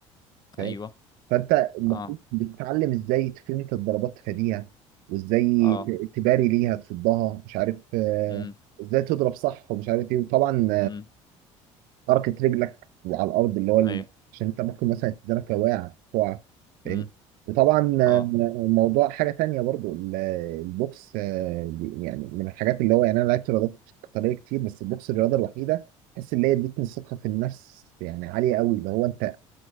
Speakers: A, on the right; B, on the left.
A: فاهم
B: ايوه
A: فانت المفروض
B: اه
A: بتتعلم ازاي تفنت الضربات تفاديها وازاي
B: اه
A: ت- تباري ليها تصدها مش عارف آه،
B: امم
A: ازاي تضرب صح ومش عارف ايه وطبعا
B: امم
A: حركة رجلك على الأرض اللي هو ال-
B: ايوه
A: عشان أنت ممكن مثلا تدرك واقع تقع فاهم
B: امم
A: وطبعا
B: اه
A: آه، موضوع حاجة تانية برضو ال- البوكس آه، بي- يعني من الحاجات اللي هو يعني أنا لعبت رياضات قتالية كتير بس البوكس الرياضة الوحيدة بحس اللي هي ادتني ثقة في النفس يعني عالية قوي اللي هو أنت